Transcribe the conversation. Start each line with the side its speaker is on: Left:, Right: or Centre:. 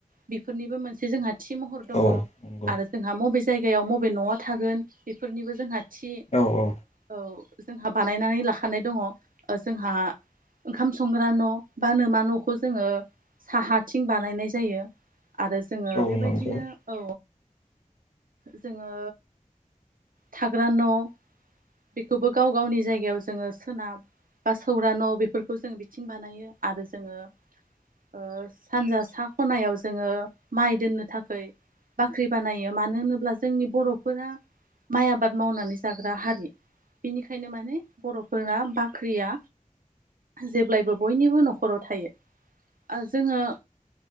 Right: बेफोरनिबो मोनसे जोंहा खाथि महर दङ
Left: औ नंगौ
Right: आरो जोंहा मबे जायगायाव बबे न'आ थागोन बेफोरनिबो जोंहा थि
Left: औ औ
Right: औ। जोंहा बानायनानै लाखानाय दङ ओ जोंहा ओंखाम संग्रा न' बा न'मा न'खौ जोङो साहाथिं बानायनाय जायो आरो जोङो
Left: औ
Right: बेबायदिनो
Left: नंगौ
Right: औ जोंङो थाग्रा न' बेखौबो गाव गावनि जायगायाव जोङो सोनाब बा सौरा न' बेफोरखौ जोङो बिथिं बानायो आरो जोङो ओ सानजा सा खनायाव जोङो माइ दोननो थाखाय बाख्रि बानायो मानो होनोब्ला जोंनि बर'फोरा माइ आबाद मावनानै जाग्रा हारि। बेनिखायनो माने बर'फोराना बाख्रिया जेब्लायबो बयनिबो न'खराव थायो। ओजोङो